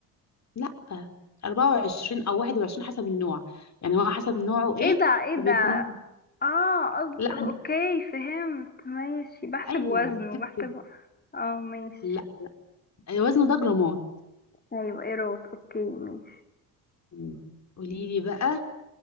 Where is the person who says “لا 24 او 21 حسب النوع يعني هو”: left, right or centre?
Left